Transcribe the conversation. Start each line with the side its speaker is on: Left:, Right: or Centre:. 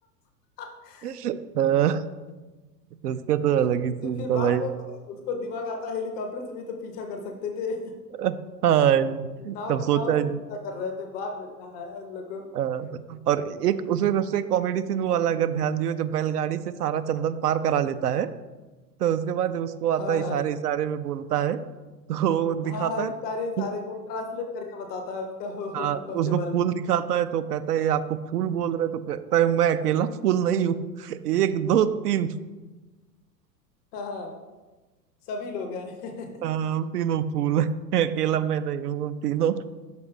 Left: <laughs>
Right: सकते <laughs> अ, उसका तो
Left: हाँ,
Right: अलग ही सीन
Left: तो फिर
Right: था
Left: बाद
Right: भाई
Left: में उसको दिमाग आता हेलीकॉप्टर से भी तो पीछा कर सकते थे
Right: <laughs> हाँ
Left: <laughs> नाव
Right: तब सोचा
Left: का नाम से
Right: ही
Left: पीछा
Right: नहीं
Left: कर रहे थे बाद में ध्यान आया उन लोग को
Right: अ, और एक उसमें सबसे कॉमेडी सीन वो वाला अगर ध्यान दियो जब बैलगाड़ी से सारा चंदन पार करा लेता है तो उसके बाद जब उसको
Left: हाँ
Right: आता है
Left: हाँ
Right: इशारे इशारे में बोलता है तो वो दिखाता
Left: हाँ हाँ
Right: है
Left: सारे सारे वो ट्रांसलेट करके बताता है उसका <laughs>
Right: हाँ
Left: वो कांस्टेबल
Right: उसको फूल दिखाता है तो कहता है "ये आपको फूल बोल रहे हैं", तो कहता है मैं अकेला फूल नहीं हूँ एक दो तीन
Left: हाँ हाँ सभी लोग हैं
Right: अ, हम
Left: <laughs>
Right: तीनों फूल हैं अकेला मैं नहीं हूँ हम तीनों